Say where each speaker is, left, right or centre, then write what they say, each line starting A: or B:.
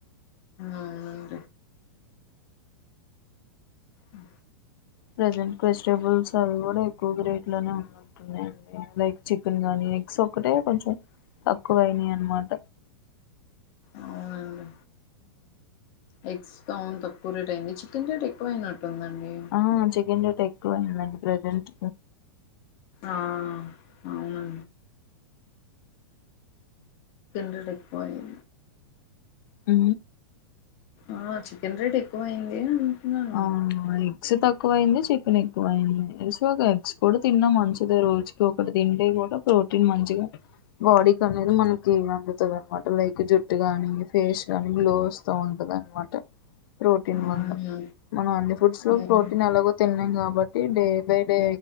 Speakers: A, on the left; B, on the left.
A: ఆ అే ఆ
B: ప్రజెంట్ వెజిటబుల్స్ అవి కూడా ఎక్కువగా రేట్ లోనే ఉన్నట్న్నాయండి లైక్ చికెన్ గానీ ఎగ్స్ ఒకటే కొంచెం తక్కువయినాయి అనమాట
A: అవుండి అ తవునుంత పూరేట అయింది చికెన్ రేట్ ఎక్కువయినట్టుందండి
B: ఆ చికెన్ రేట్ ఎక్కువయిందండి ప్రజెంట్
A: ఆ అవున డిడపోయి
B: హ
A: ఆ చికెన్ రేట్ ఎక్కువ అయింది అంటున్నాను
B: ఆ ఎగ్స్ తక్కువయింది చె పక్క ఎక్కువ అయింది సో ఒక ఎగ్స్ కూడా తిన్నా మంచిది రోజుకి ఒకటి తింటే కూడా ప్రోటీన్ మంచిగా, బాడీ క అనేది మనకి అందుతుంది అనమాట, లైక్ జుట్టు గాని ఫేస్ గాని లో వస్తూ ఉంటది అనమాట ప్రోటీన్ వళ్
A: అవును
B: మనం అండీ ఫుడ్స్ లో
A: అవును అవునండి
B: ప్రోటీన్ ఎలాగో తినలేం కాబట్టి డే బై డే